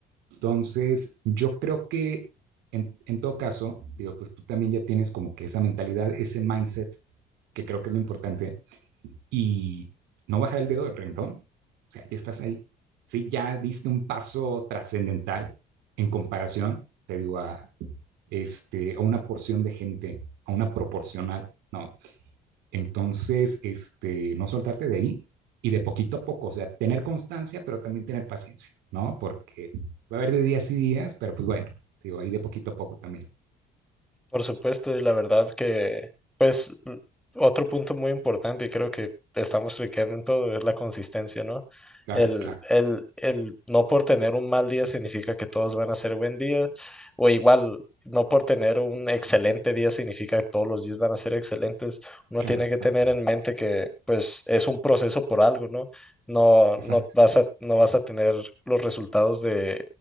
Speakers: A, on the right; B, in the centre.
A: Entonces, yo creo que en, en, todo caso, digo, pues tú también ya tienes como que esa mentalidad, ese mindset, que creo que es lo importante, y no bajar el dedo del renglón. O sea, ya estás ahí. Sí, ya diste un paso trascendental en comparación, te digo, a, este, a una porción de gente, a una proporcional, ¿no? Entonces, este, no soltarte de ahí y de poquito a poco, o sea, tener constancia, pero también tener paciencia, ¿no? Porque va a haber de días y días, pero pues bueno, te digo, ahí de poquito a poco también.
B: Por supuesto, y la verdad que, pues, l- otro punto muy importante, y creo que estamos fliqueando en todo, es la consistencia, ¿no?
A: Claro,
B: El,
A: claro,
B: el, el no por tener un mal día significa que todos van a ser buen día, o igual, no por tener un excelente día significa que todos los días van a ser excelentes. Uno
A: claro,
B: tiene que
A: claro,
B: tener en mente que, pues, es un proceso por algo, ¿no? No,
A: exacto,
B: no vas a, no vas a tener los resultados de,